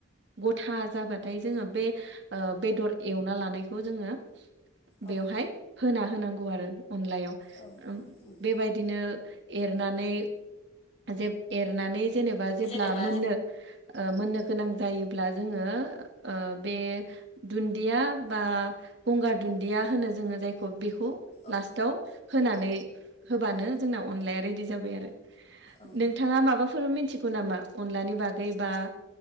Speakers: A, on the right; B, on the left.
A: गथा जाबाथाय, जोङो बे बेदर एवना लानायखौ जों जोङो
B: औ
A: बेवहाय होना होनांगौ आरो अनलायाव
B: औ उम
A: बेबायदिनो एरनानै जे- एरनानै जेनेबा जेब्ला
B: जेनेबा
A: मोननो मोननो गोनां जायोब्ला जोङो बे दुन्दिया बा गंगार दुन्दिया होनो जोङो, जायखौ बेखौ
B: अ
A: लास्टाव होनानै होबानो जोंना अनलाया रेडि जाबाय आरो।
B: औ
A: नोंथाङा माबा मोनथिगौ नामा? अनलानि बागै बा